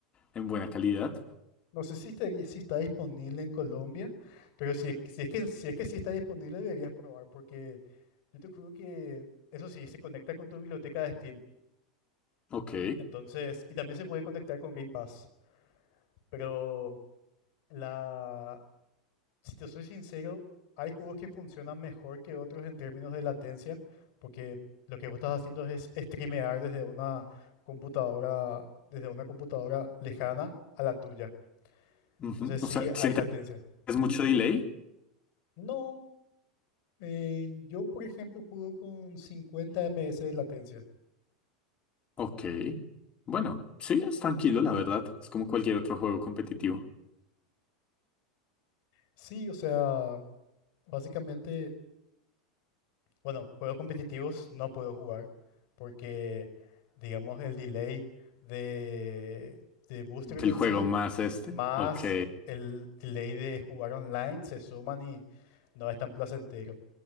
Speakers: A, on the left (about 30°); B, on the left (about 65°).
A: en buena calidad.
B: No sé si está, si está disponible en Colombia, pero si, es que- si es que, si es que sí está disponible, deberías probar, porque yo te juro que eso sí, se conecta con tu biblioteca de Steam.
A: Ok.
B: Entonces, y también se puede conectar con Game Pass, pero la, Si te soy sincero, hay juegos que funcionan mejor que otros en términos de latencia, porque lo que vos estás haciendo es streamear desde una computadora, desde una computadora lejana a la tuya.
A: Ujú.
B: Entonces
A: O
B: sí
A: sea, ¿sientes
B: hay latencia.
A: mucho delay?
B: No, eh, yo por ejemplo juego con 50 ms de latencia.
A: Ok. Bueno, sí, es tranquilo, la verdad. Es como cualquier otro juego competitivo.
B: Sí, o sea, básicamente Bueno, juegos competitivos no puedo jugar porque, digamos, el delay de, de Boost Rate
A: El
B: en
A: juego
B: sí,
A: más
B: s-
A: este.
B: más
A: Ok.
B: el delay de jugar online, se suman y no es tan placentero.